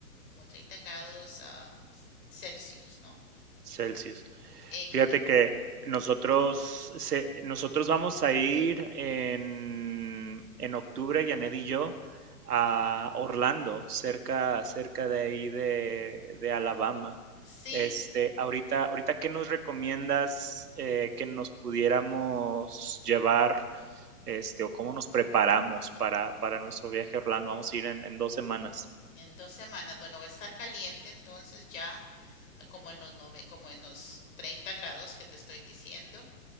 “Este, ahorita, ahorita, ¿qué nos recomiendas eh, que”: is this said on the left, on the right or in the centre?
Right